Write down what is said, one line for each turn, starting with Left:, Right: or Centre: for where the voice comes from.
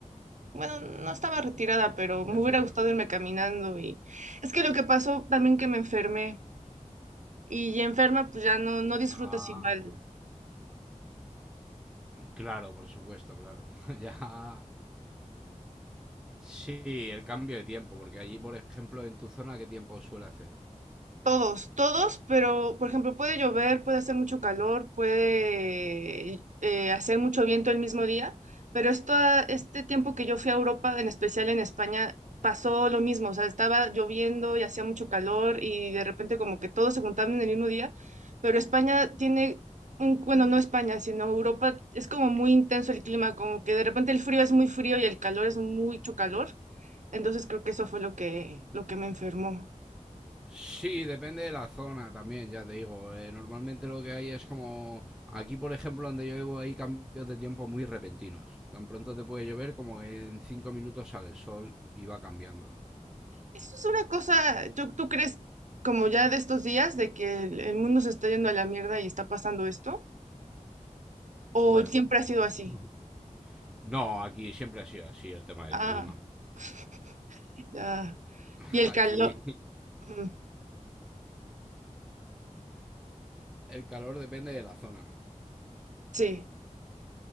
Right: bueno, no estaba retirada, pero
Centre: del
Right: me hubiera
Centre: centro?
Right: gustado irme caminando y es que lo que pasó también que me enfermé y ya enferma pues ya no, no disfrutas
Centre: Ah,
Right: igual
Centre: claro, por supuesto, claro. <laughs> Ya. Sí, el cambio de tiempo, porque allí, por ejemplo, en tu zona, ¿qué tiempo suele hacer?
Right: Todos, todos, pero por ejemplo puede llover, puede hacer mucho calor, puede eh, hacer mucho viento el mismo día, pero esto, este tiempo que yo fui a Europa, en especial en España, pasó lo mismo, o sea, estaba lloviendo y hacía mucho calor y de repente como que todos se juntaban en el mismo día, pero España tiene, un, bueno, no España, sino Europa, es como muy intenso el clima, como que de repente el frío es muy frío y el calor es mucho calor, entonces creo que eso fue lo que, lo que me enfermó.
Centre: Sí, depende de la zona también, ya te digo. Eh, normalmente lo que hay es como aquí, por ejemplo, donde yo vivo hay cambios de tiempo muy repentinos. Tan pronto te puede llover como que en cinco minutos sale el sol y va cambiando.
Right: Eso es una cosa, yo tú crees como ya de estos días de que el, el mundo se está yendo a la mierda y está pasando esto? ¿O
Centre: Bueno,
Right: siempre ha sido así?
Centre: <laughs> no, aquí siempre ha sido así el tema del
Right: Ah,
Centre: clima.
Right: <laughs> ya.
Centre: <laughs>
Right: Y el calor,
Centre: Aquí
Right: ujú,
Centre: el calor depende de la zona.
Right: sí.